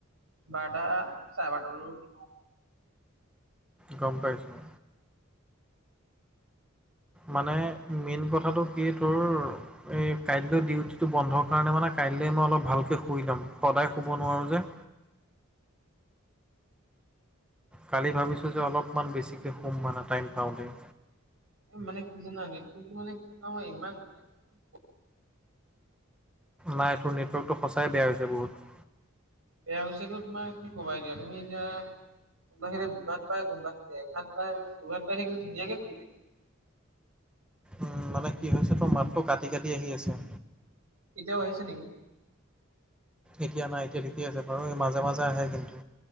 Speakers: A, on the right; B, in the centre.
A: বাৰটা চাৰে বাৰটা
B: গম পাইছোঁ। মানে মেইন কথাটো কি তোৰ। এ কাইলৈ ডিউটিটো বন্ধ কাৰণে মানে কাইলে মই অলপ ভালকে শুই ল'ম ত সদায় শুব নোৱাৰোঁ যে। কালি ভাবিছোঁ যে অলপমান বেছিকে শুম মানে টাইম পাওঁতেই।
A: এ মানে কি জানা <unintelligible> মানে কোনো ইমান মানে কি কম।
B: নাই তোৰ নেটৱৰ্কটো সঁচাই বেয়া হৈছে বহুত।
A: বেয়া হৈছে ত তোমাৰ কি কবা এতিয়া তুমি এতিয়া। কোনোবা খিতে দুঘাত পায় কোনোবা খিতে এঘাত পায় দুঘাত পাই থাকিলে ধুনীয়াকে চলি থাকে।
B: উম মানে কি হৈছে, তোৰ মাতটো কাটি কাটি আহি আছে।
A: এতিয়াও আহিছে নেকি।
B: এতিয়া নাই এতিয়া ঠিক আছে বাৰু মাজে মাজে আহে কিন্তু,